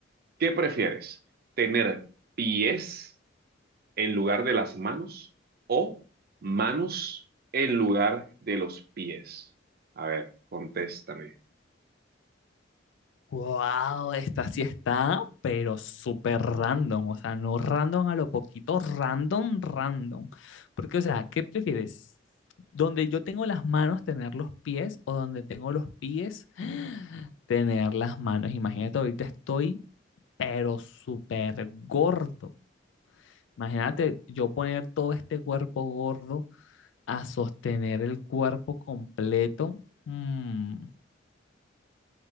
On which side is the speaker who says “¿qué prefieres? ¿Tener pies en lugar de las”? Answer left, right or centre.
Right